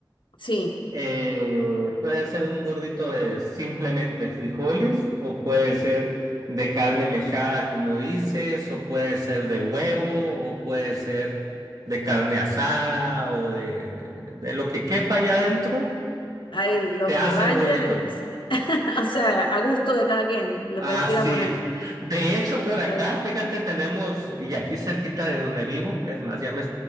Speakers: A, on the left; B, on the right.
A: Sí,
B: Eh, puede ser un burrito de simplemente frijoles o puede ser de carne mechada, como dices, o puede ser de huevo o puede ser de carne asada o de, de lo que quepa allá adentro,
A: ahí lo
B: se hace
A: que vaya,
B: el burrito.
A: el- <laughs> o sea, a gusto de cada quien, lo
B: Así
A: que le quiera poner.
B: es. De hecho,
A: Está-
B: por acá, fíjate, tenemos, y aquí cerquita de donde vivo, es más, ya me,